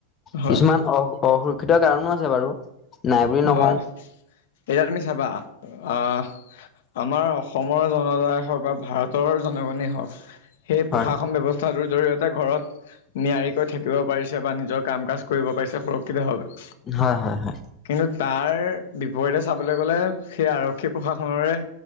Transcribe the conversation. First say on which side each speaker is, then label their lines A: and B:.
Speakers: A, on the left; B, on the left.
A: হয়,
B: কিছুমান অ'। অসুৰক্ষিত কাৰণো আছে বাৰু। নাই বুলি নকওঁ
A: হয়, এতিয়া তুমি চাবা আহ। আমাৰ অসমৰ জনতাই হওঁক বা ভাৰতৰ জনগণে হওঁক। সেই
B: হয়
A: প্ৰশাসন ব্যৱস্থাটোৰ জৰিয়তে ঘৰত নিয়াৰিকৈ থাকিব পাৰিছে বা নিজৰ কাম কাজ কৰিব পাৰিছে সুৰক্ষিতভাৱে।
B: হয় হয় হয়।
A: কিন্তু তাৰ বিপৰীতে চাবলে গ'লে সেই আৰক্ষী প্ৰশাসনেৰে